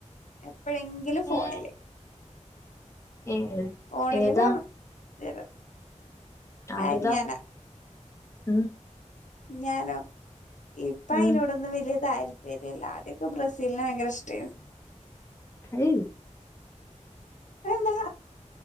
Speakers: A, on the left; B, on the left.
A: എപ്പഴെങ്കിലും ഫോണില്
B: ഏഹ് ഏഹ്
A: ഫോണില്
B: ഏതാ
A: കാണും ചില
B: ആരുതാ
A: ആര് ഞാനാ
B: ഉം
A: ഞാനോ ഇപ്പ അയിനോടൊന്നും
B: ഉം
A: വല്യ താരിപര്യില്ല ആദ്യൊക്കെ ബ്രസീലിനെ ഭയങ്കര ഇഷ്ടായിന്
B: അഹ്
A: അയെന്താ